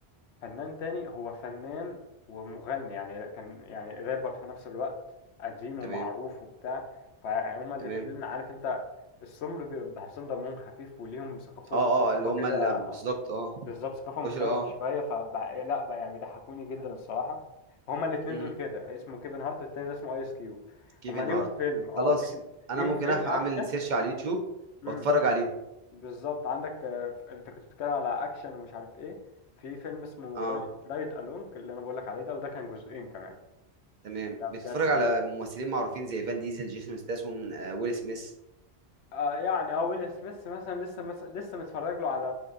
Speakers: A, on the left; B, on the right.
A: فنان تاني هو فنان ومغني يعني كان يعني رابر في نفس الوقت قديم ومعروف
B: تمام
A: وبتاع فهما الاتنين
B: تمام
A: عارف انت السمر بيبقى بحسهم دمهم خفيف وليهم ثقافات
B: اه اه
A: ثقافة
B: اللي هم
A: كده
B: اللي بالظبط اه
A: بالظبط ثقافة مختلفة
B: بشر اه
A: شوية فبقى إيه، لا بقى يعني بيضحكوني جدا الصراحة هما الاتنين
B: مم.
A: دول كده اسمه كيفن هارت والتاني ده اسمه ايس كيوب
B: كيفن
A: هما ليهم
B: هارت
A: فيلم اه
B: خلاص
A: ليهم
B: انا
A: ليهم
B: ممكن
A: فيلم
B: أف-
A: اكشن
B: اعمل سيرش على اليوتيوب
A: امم
B: واتفرج عليهم
A: بالظبط عندك آه، انت كنت بتتكلم على اكشن ومش عارف ايه في فيلم اسمه
B: اه
A: رايد, رايد الونج اللي انا بقول لك عليه ده وده كان جزئين كمان
B: تمام
A: لا
B: بتتفرج
A: بجد
B: على ممثلين معروفين زي فان ديزل جيسون ستاثام آه، ويل سميث
A: آه يعني اه ويل سميث مثلا لسه مس... لسه متفرج له على